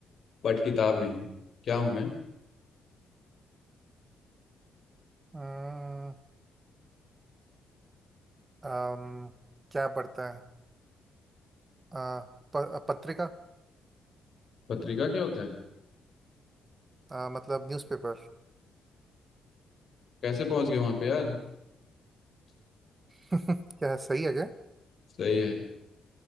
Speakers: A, on the left; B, on the right.
A: बट किताब नहीं क्या हूँ मैं
B: अम्म, अम्म, क्या पड़ता है आ, प, पत्रिका
A: पत्रिका क्या होता है
B: आ, मतलब न्यूज़पेपर
A: कैसे पहुंच गए वहां पे यार
B: <laughs> क्या सही है क्या
A: सही है